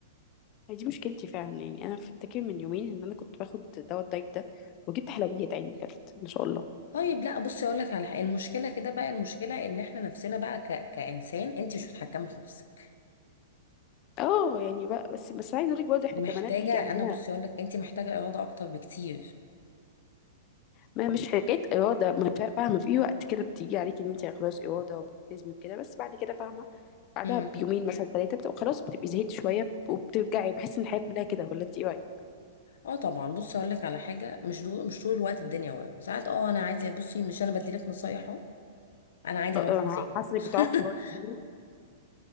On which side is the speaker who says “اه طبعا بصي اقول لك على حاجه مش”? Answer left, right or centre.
Left